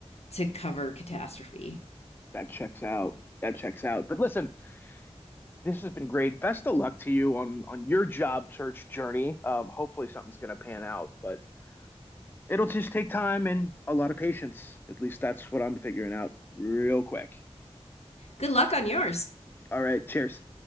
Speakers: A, on the left (about 65°); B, on the left (about 20°).
A: to cover catastrophe.
B: that checks out. That checks out. But listen, this has been great. Best of luck to you on on your job search journey. Um, hopefully something's gonna pan out, but it'll just take time and a lot of patience. At least that's what I'm figuring out real quick.
A: Good luck on yours.
B: All right, cheers.